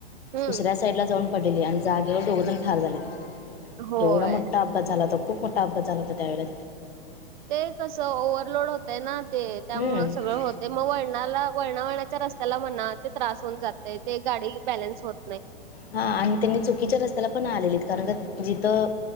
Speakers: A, on the right; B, on the left.
A: हम्म
B: दुसऱ्या साईड ला जाऊन पडलेली आणि जागेवर दोघ जण ठार झाले
A: होय
B: एवढा मोठा- अपात झाला होता खूप मोठा अघात झाला होता त्यावेळेला.
A: ते कस ओवर्हलोड होतय ना ते त्यामुळे
B: हम्म
A: सगळं होत. ते मग वळणाला वळणा वळणाच्या रस्त्याला म्हणा ते त्रास होऊन जातय ते गाडी बॅलन्स होत नाही.
B: हा आणि त्यांनी चुकीच्या रस्त्याला पण आलेलीत कारण का जिथं.